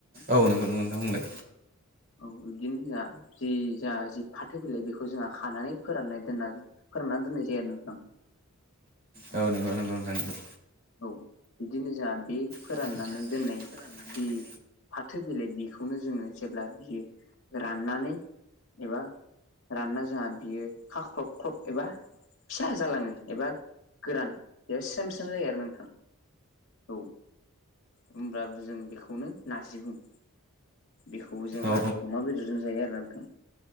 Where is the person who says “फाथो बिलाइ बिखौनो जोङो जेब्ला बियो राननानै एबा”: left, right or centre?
Left